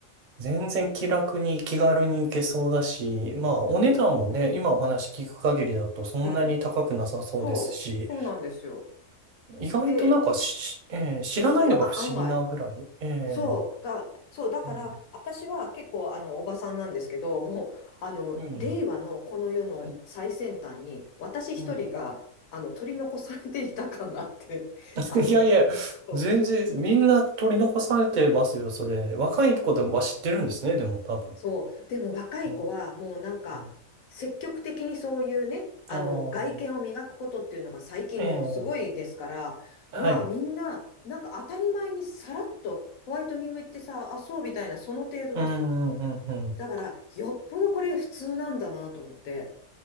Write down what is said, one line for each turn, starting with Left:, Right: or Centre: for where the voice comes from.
Right: 全然気楽に気軽に行けそうだし、まあ、お値段もね、
Left: そ
Right: 今お話聞く限りだとそんなに高くなさそうですし、
Left: う。うん。そう、そうなんですよ。
Right: 意外となんかし、
Left: で、
Right: ええ、知らないのが不思議なぐらい。
Left: す、あ、案外、
Right: ええ、
Left: そう、だ、そう、だから、
Right: うん、
Left: 私は結構、あの、おばさんなんですけど、もう、あの、
Right: うん
Left: 令和のこの世の最先端に、
Right: はい、
Left: 私一人が、
Right: うん。
Left: あの、取り残されていた感があって、
Right: <laughs>
Left: あの、
Right: いやいや、
Left: そう
Right: 全然、みんな取り残されてますよ、それ。若い子でもは知ってるんですね、でも多分。
Left: そう。でも若い子はもうなんか積極的にそういうね、
Right: うんうん
Left: あの外見を磨くことっていうのが最近もうすごいですから、
Right: ああ、ええ、はい。
Left: まあみんななんか当たり前にさらっとホワイトニング行ってさ、あ、そうみたいなその程度ですよ。
Right: うんうんうんうん。
Left: だからよっぽどこれ普通なんだなと思って。